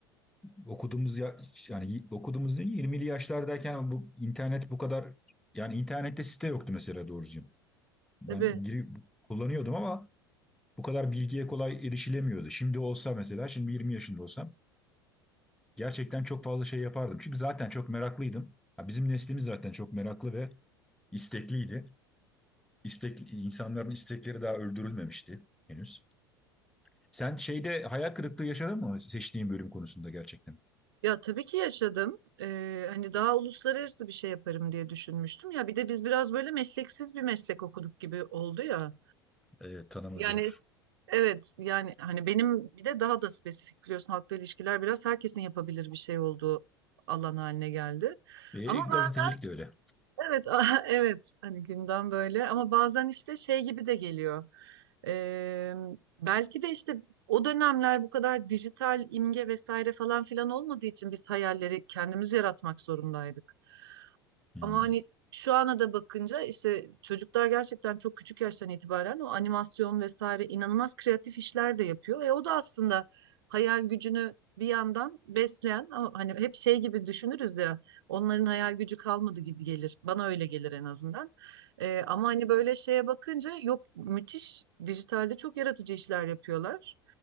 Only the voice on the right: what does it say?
Tabii
ya tabii ki yaşadım. Ee, hani daha uluslararası bir şey yaparım diye düşünmüştüm. Ya bir de biz biraz böyle mesleksiz bir meslek okuduk gibi oldu ya.
Yani
evet yani hani benim bir de daha da spesifik biliyorsun halkla ilişkiler biraz herkesin yapabilir bir şey olduğu alan haline geldi.
Ama
bazen
evet <laughs> aha, evet hani gündem böyle ama bazen işte şey gibi de geliyor. Ee, belki de işte o dönemler bu kadar dijital imge vesaire falan filan olmadığı için biz hayalleri kendimiz yaratmak zorundaydık.
Ama hani şu ana da bakınca işte çocuklar gerçekten çok küçük yaştan itibaren o animasyon vesaire inanılmaz kreatif işler de yapıyor. E o da aslında hayal gücünü bir yandan besleyen ama hani hep şey gibi düşünürüz ya onların hayal gücü kalmadı gibi gelir. Bana öyle gelir en azından. E, ama hani böyle şeye bakınca yok müthiş dijitalde çok yaratıcı işler yapıyorlar.